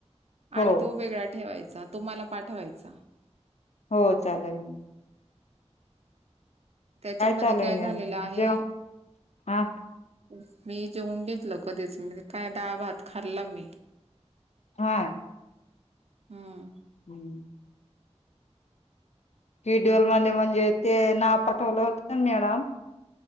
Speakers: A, on the left; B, on the right.
A: हो
B: आणि तो वेगळा ठेवायचा तो मला पाठवायचा,
A: हो चालेल.
B: त्याच्यामध्ये
A: चालू
B: काय झालेलं
A: मॅम
B: आहे.
A: जेव्हा
B: <unintelligible>
A: हा
B: मी जेवण घेतलं कधीच म काय दहा भात खाल्ला मी.
A: हा
B: हम्म,
A: हम्म शेड्युल मध्ये म्हणजे ते नाव पठवलं होत मॅडम.